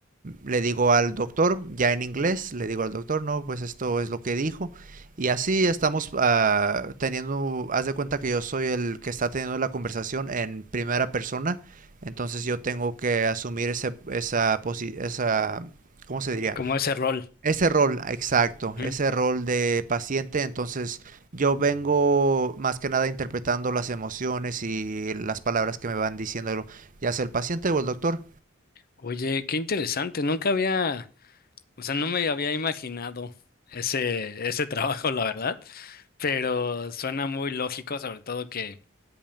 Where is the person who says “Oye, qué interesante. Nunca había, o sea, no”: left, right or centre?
Left